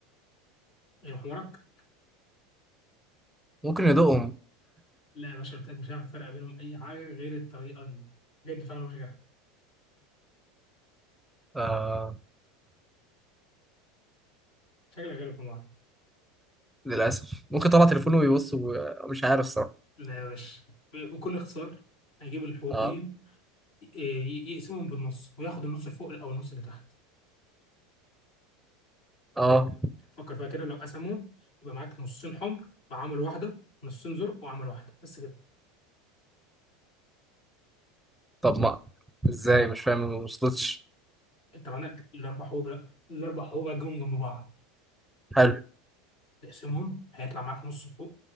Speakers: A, on the left; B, in the centre.
A: يعني حمارك
B: ممكن يدوقهم
A: لا يا باشا قلت لك مش هعرف افرق بينهم اي حاجه غير الطريقه دي بجد فعلا مش غيرها
B: آه
A: شكلك غير الحمار
B: للأسف ممكن طلع تليفونه ويبص و- مش عارف صراحة
A: لا يا باشا ب- بكل اختصار هيجيب الحبوب
B: اه
A: دي ي- ي- يقسمهم بالنص وياخد النص اللي فوق او النص اللي تحت
B: اه
A: فكر فكر فيها كده لو قسمهم يبقى معاك نصين حمر وعامل واحده نصين زرق وعامل واحده بس كده
B: طب ما ازاي مش فاهم ما وصلتش
A: انت معاك الاربع حبوب لا الاربع حبوب هتجيبهم جنب بعض
B: حلو
A: تقسمهم هيطلع معاك نص فوق